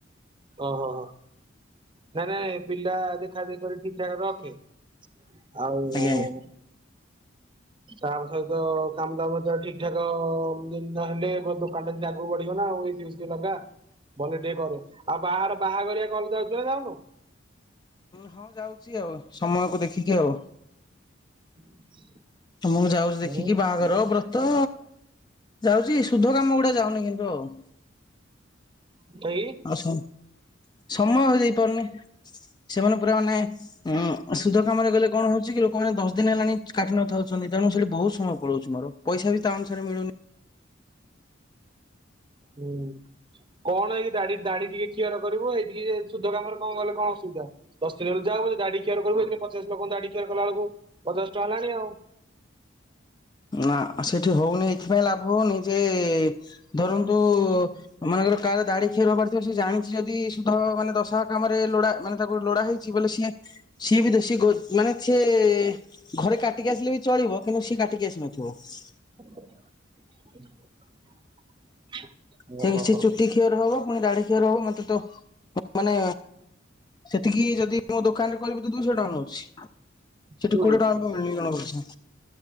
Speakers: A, on the right (about 25°); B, on the left (about 20°).
A: ଓହୋହୋ ନାଇଁ-ନାଇଁ-ନାଇଁ ପିଲା ଦେଖାଦେଖି କରି ଠିକ୍ ଠାକ୍ ରଖେ। ଆଉ
B: ଆଜ୍ଞା ଆଜ୍ଞା
A: <unintelligible> ସହିତ କାମ ଦାମ ତର ଠିକ୍ ଠାକ ନହେଲେ ଦୋକାନଟା ଯେମିତି ଆଗକୁ ବଢିବ ନା ଆଉ ଏଇ <unintelligible> ଲଗା ଭଲ କି ଟିକେ କର, ଆଉ ବାହାର ବାହାଘରିଆ କଲ୍ ଯାଉଚୁ ନା ଯାଉନୁ?
B: ହଁ ଯାଉଚି ଆଉ ସମୟକୁ ଦେଖିକି ଆଉ।
A: <inaudible>
B: ମୁଁ ଯାଉଚି ଦେଖିକି
A: ହୁଁ
B: ବାହାଘର ବ୍ର ତ ଯାଉଚି ସୁଧ କାମ ଗୁଡା ଯାଉନି କିନ୍ତୁ ଆଉ।
A: <unintelligible>
B: ଅସନ୍ ସମୟ ଦେଇପାରୁନି, ସେମାନେ ପୁରା ମାନେ ଉଁ ସୁଧ କାମରେ ଗଲେ କଣ ହଉଚି କି ଲୋକମାନେ ଦଶ ଦିନ ହେଲାଣି କାଟି ନଥାଉଛନ୍ତି, ତେଣୁ ସେଠି ବହୁତ୍ ସମୟ ପଳଉଚି ମୋର। ପଇସା ବି ତା ଅନୁସାରେ ମିଳୁନି।
A: ହୁଁ। କଣ କି ଏଇ ଦାଢି ଦାଢି ଟିକେ ଖୀଅର କରିବୁ, ହେ଼ଇଠିକି ହେ ସୁଦ୍ଧ କାମରେ କଣ ଗଲେ କଣ ଅସୁବିଧା। ଦଶ୍ ଦିନି ଗଲେ ଯାଉ ପଛେ ଦାଢି ଖୀଅର କରିବୁ <unintelligible> ପଚାଶ ଲୋକଙ୍କ ଦାଢି ଖୀଅର କଲା ବେଳକୁ ପଚାଶ ଟଙ୍କା ହେଲାଣି ଆଉ।
B: ନା ସେଠି ହଉନି ଏଥିପାଇଁ ଲାଭ ହଉନି ଯେ, ଧରନ୍ତୁ ମନେକର କାର ଦାଢି ଖୀଅର ହବାର ଥିବ ସେ ଜାଣିଚି ଯଦି ସୁଦ୍ଧ ମାନେ ଦଶାହ କାମରେ ଲୋଡା ମାନେ ତାକୁ ଲୋଡା ହେଇ ଚି ବୋଲି ସିଏ ସିଏ ବି ତ ସିଏ ଗୋ ମାନେ ସିଏ ଘରେ କାଟିକି ଆସିଲେ ବି ଚଳିବ କିନ୍ତୁ ସିଏ କାଟିକି ଆସିବନି। <unintelligible>
A: <inaudible>
B: ସେ-ସେ
A: ଓହୋ ହୋ।
B: ଚୁଟି ଖୀଅର ହବ ପୁଣି ଦାଢି ଖୀଅର ହବ ମତେ ତ ମାନେ ସେତିକି ଯଦି ମୋ ଦୋକାନରେ କରିବି ତ ଦୁଇଶହ ଟଙ୍କା ନଉଛି। ସେଠି
A: ହୁଁ
B: କୋଡିଏ ଟଙ୍କା <unintelligible> ଜଣଙ୍କ <unintelligible>